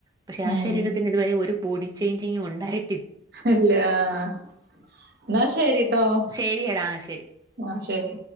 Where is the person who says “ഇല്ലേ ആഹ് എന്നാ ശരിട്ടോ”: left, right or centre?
Right